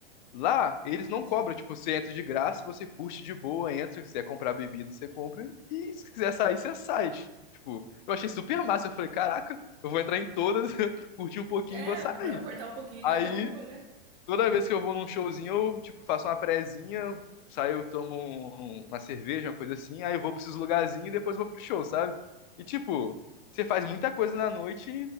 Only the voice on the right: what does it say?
Entendi.
É,
pra aportar um pouquinho
cada uma, né?